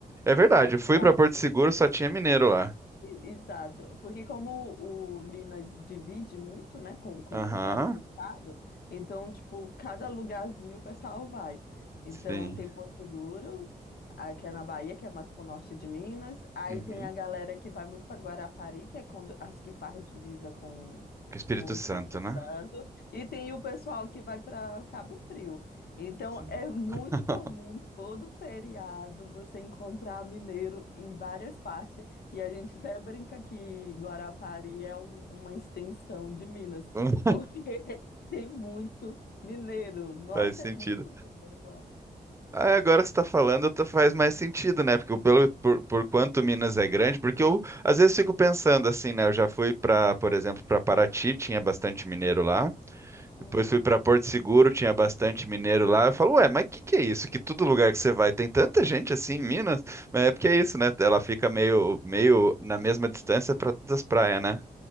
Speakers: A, on the right; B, on the left.
A: É verdade,
B: aí tem
A: eu fui pra Porto Seguro, só tinha mineiro lá.
B: e- Exato, porque como o Minas divide muito, né, com, com
A: Aham,
B: vários estados, então, tipo, cada lugarzinho o pessoal vai. Então,
A: sim.
B: tem Porto Seguro, aí que é na Bahia, que é mais pro norte de Minas, aí
A: Uhum.
B: tem a galera que vai muito para Guarapari, que é quando, as que faz divisa com,
A: Com o Espírito
B: com o
A: Santo,
B: Espírito
A: né?
B: Santo, e tem o pessoal que vai para Cabo Frio. Então,
A: Sim.
B: é muito
A: <laughs>
B: comum todo feriado você encontrar mineiro em várias partes. E a gente até brinca que Guarapari é um- uma extensão de Minas,
A: Então,
B: porque <laughs> tem muito mineiro. Nossa,
A: faz sentido.
B: é muito mineiro lá.
A: Ah, agora que você está falando, tá- faz mais sentido, né? Porque pelo, por, por quanto Minas é grande, porque eu às vezes fico pensando assim, né? Eu já fui para, por exemplo, para Paraty, tinha bastante mineiro lá.
B: Hum.
A: Depois fui para Porto Seguro, tinha bastante mineiro lá. Eu falo, ué, mas que que é isso? Que todo lugar que você vai tem tanta gente assim em Minas? Mas é porque é isso, né? Ela fica meio, meio na mesma distância para todas as praias, né?